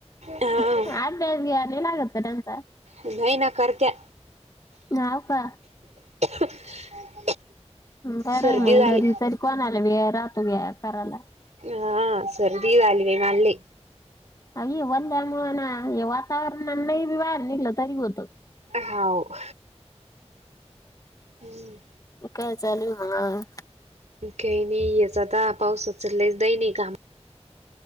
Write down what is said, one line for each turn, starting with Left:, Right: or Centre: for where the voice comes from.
Right: हा
Left: अभ्यास घ्याय नाय लागत का त्यांचा?
Right: नाही ना करत्या.
Left: होव का.
Right: <inaudible>
Left: बरं
Right: सर्दी
Left: आहे मग
Right: झाली.
Left: घरी तरी कोणा आला राहतो घ्या करायला
Right: हा सर्दी झा आली म मल्लेली
Left: अय बंद म ना ये वातावरण नाही बी वार निल तरी होत
Right: होव हम्
Left: काय चालेूल मग
Right: काही नाही याच आता पाऊसचललाच दई नाही काम